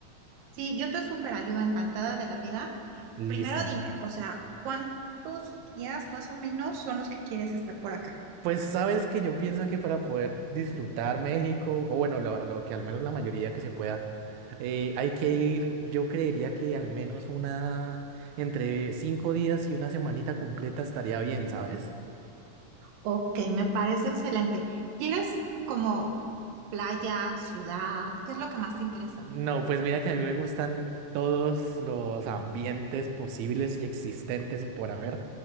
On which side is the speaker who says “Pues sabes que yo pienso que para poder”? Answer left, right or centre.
Right